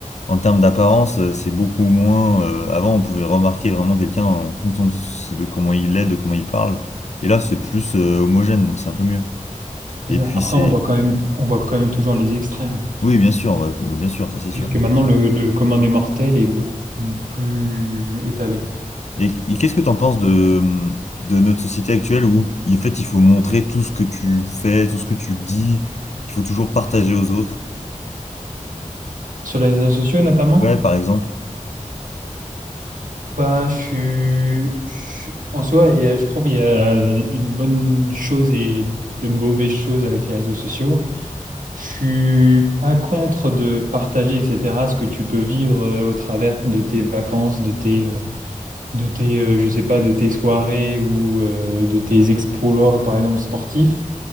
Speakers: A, on the left; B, on the right.
A: en termes d'apparence, euh, c'est beaucoup moins. euh, avant, on pouvait remarquer vraiment quelqu'un en fonction de, ce- de comment il est, de comment il parle. Et là, c'est plus euh, homogène, donc c'est un peu mieux.
B: C'est
A: Et
B: ça.
A: puis,
B: Après,
A: c'est.
B: on voit quand même, on voit quand même toujours les extrêmes.
A: Oui, bien sûr, ouais, bah, bien sûr, ça c'est sûr.
B: Juste que maintenant, le, le commun des mortels est beaucoup plus étalé.
A: Et, et qu'est-ce que t'en penses de, de notre société actuelle où, en fait, il faut montrer tout ce que tu fais, tout ce que tu dis. Il faut toujours partager aux autres.
B: Sur les réseaux sociaux, notamment,
A: Ouais, par exemple.
B: bah, je suis, je- en soi, et je trouve qu'il y a une bonne chose et de mauvaises choses avec les réseaux sociaux. Je suis pas contre de partager, etc., ce que tu peux vivre euh, au travers de tes vacances, de tes, euh, de tes, euh, je sais pas, de tes soirées ou euh, de tes exploits, par exemple, sportifs.